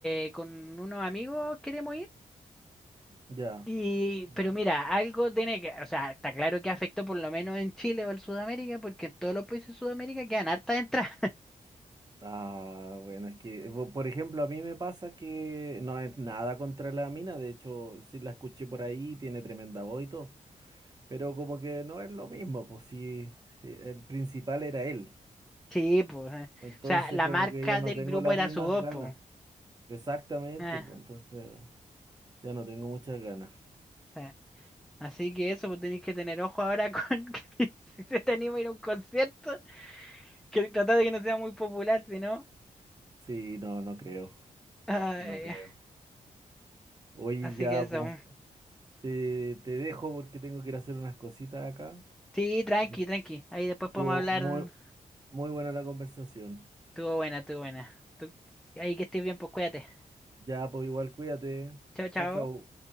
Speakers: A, in the centre; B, on the right (about 30°).
A: eh, con unos amigos queremos ir
B: ya,
A: y,
B: ya.
A: pero mira, algo tiene que, o sea, está claro que afectó por lo menos en Chile o en Sudamérica, porque en todos los países de Sudamérica quedan hartas entradas.
B: Ah, bueno, es que, po- por ejemplo, a mí me pasa que no es nada contra la mina, de hecho, sí la escuché por ahí, tiene tremenda voz y todo, pero como que no es lo mismo, pues sí, sí, el principal era él,
A: Sí, pues. eh.
B: entonces
A: O sea, la
B: como
A: marca
B: que ya no
A: del
B: tengo
A: grupo
B: las
A: era
B: mismas
A: su voz,
B: ganas,
A: pues.
B: exactamente,
A: Eh,
B: pues entonces... Ya no tengo muchas ganas.
A: eh. Así que eso, pues tenéis que tener ojo ahora con <laughs> que si se te anima a ir a un concierto, que tratar de que no sea muy popular, si no.
B: Sí, no, no creo,
A: Ay,
B: no creo. Hoy
A: así
B: ya
A: que eso.
B: pues, te, te dejo porque tengo que ir a hacer unas cositas acá.
A: Sí, tranqui,
B: Y
A: tranqui. Ahí después
B: Estuvo
A: podemos hablar.
B: muy, muy buena la conversación.
A: Estuvo buena, estuvo buena. Tú- ahí que estés bien, pues cuídate.
B: Ya, pues igual cuídate.
A: Chao, chao.
B: Chao, chao.